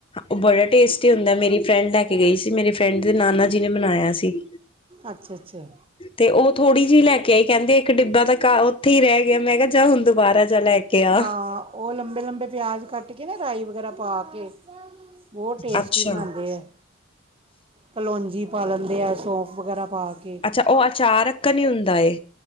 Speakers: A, on the left; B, on the right.
A: ਉਹ ਬੜਾ ਟੇਸਟੀ ਹੁੰਦਾ ਮੇਰੀ ਫਰੈਂਡ ਲੈ ਕੇ ਗਈ ਸੀ ਮੇਰੀ ਫਰੈਂਡ ਦੇ ਨਾਨਾ ਜੀ ਨੇ ਬਣਾਇਆ ਸੀ
B: ਅੱਛਾ ਅੱਛਾ
A: ਤੇ ਉਹ ਥੋੜ੍ਹੀ ਜਿਹੀ ਲੈ ਕੇ ਆਈ ਕਹਿੰਦੇ ਇੱਕ ਡਿੱਬਾ ਤਾਂ ਉੱਥੇ ਹੀ ਰਹਿ ਗਿਆ ਮੈਂ ਕਿਹਾ ਜਾ ਹੁਣ ਦੁਬਾਰਾ ਜਾ ਲੈ ਕੇ ਆ
B: ਹਾਂ ਉਹ ਲੰਬੇ ਲੰਬੇ ਪਿਆਜ਼ ਕੱਟ ਕੇ ਨਾ ਰਾਈ ਵਗੈਰਾ ਪਾ ਕੇ ਬਹੁਤ ਟੇਸਟੀ
A: ਅੱਛਾ,
B: ਬਣਾਉਦੇ ਐ ਕਲੋਂਜੀ ਪਾ ਲੈਂਦੇ ਆ ਸੌਫ ਵਗੈਰਾ ਪਾ ਕੇ
A: ਅੱਛਾ ਉਹ ਅਚਾਰ ਅੱਕਣ ਹੀ ਹੁੰਦਾ ਏ।